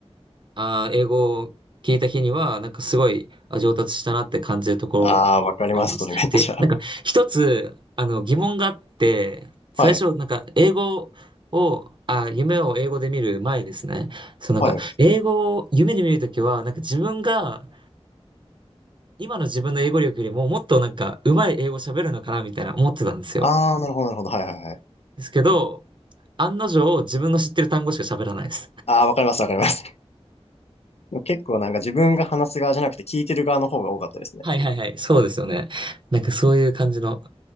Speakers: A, on the right; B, on the left.
A: あー、英語を聞いた日には、なんかすごい、あ、上達したなって感じるところあります。
B: ああ、わかります、それめっちゃ。
A: で、なんか、一つ、あの、疑問があって、最初、
B: はい、
A: なんか、英語を、あ、夢を英語で見る前ですね。そう、なんか、
B: はい。
A: 英語を夢で見るときは、なんか自分が、今の自分の英語力よりももっとなんか上手い英語喋るのかなみたいな思ってたんですよ。
B: ああ、なるほど、なるほど。はいはいはい。
A: ですけど、案の定自分の知ってる単語しか喋らないです。<laughs>
B: ああ、わかります、わかります。もう結構なんか自分が話す側じゃなくて聞いてる側の方が多かったですね。
A: はいはいはい、そうですよね。なんかそういう感じの、